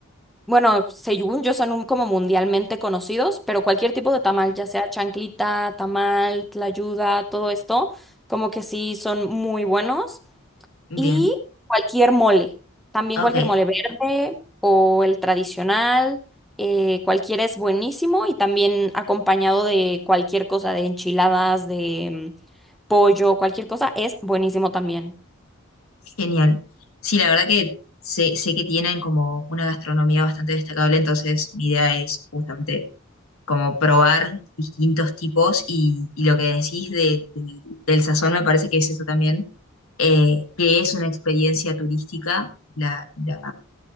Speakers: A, in the centre; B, on the left.
A: bueno, según yo son un- como mundialmente conocidos, pero cualquier tipo de tamal, ya sea chanclita, tamal, tlayuda, todo esto, como que sí son muy buenos.
B: Bien,
A: Y cualquier mole, también
B: ok,
A: cualquier mole verde o el tradicional, eh, cualquiera es buenísimo y también acompañado de cualquier cosa, de enchiladas, de mm, pollo, cualquier cosa, es buenísimo también.
B: genial. Sí, la verdad que sé, sé que tienen como una gastronomía bastante destacable, entonces mi idea es justamente como probar distintos tipos y, y lo que decís de- del del sazón me parece que es eso también, eh, que es una experiencia turística, la, la,